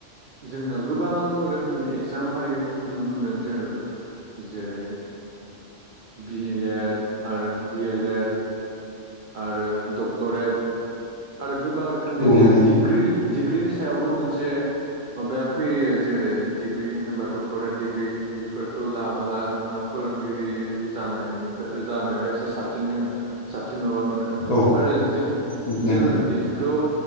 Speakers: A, on the right (about 60°); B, on the left (about 40°).
A: जोंना गोबां रोखोमनि एगजाम हारि नुनो मोनगोन जेरैबो जेरै बि एड आरो डि एल एड आरो डक्टरेट आरो गोबां रोखोमनि
B: औ
A: जे
B: नंगौ
A: डिग्रि डिग्रिनि सायावबो मोनसे माबाया फैयो जेरै डिग्रि होनोबा डक्ट'रेट डिग्रि बेफोरखौ लाबोला नोंहा फोरोंगिरि जानायनिफ्राय जानायाव एसे साबसिन दोङो साबसिन माबा मोनो
B: औ
A: आरो जों
B: नंगौ
A: जोङो
B: नोंथां
A: बिखौ